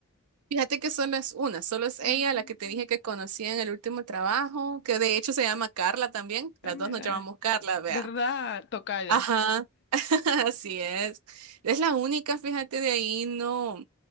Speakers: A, on the right; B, on the left.
A: Fíjate que solo es una, solo es ella
B: Ujú.
A: la que te dije que conocí en el último trabajo, que de hecho se llama Carla también. Las
B: Ah, mira.
A: dos nos llamamos Carla, vea.
B: ¿Verdad? Tocallas.
A: Ajá. <laughs> Así es. Es la única, fíjate, de ahí no.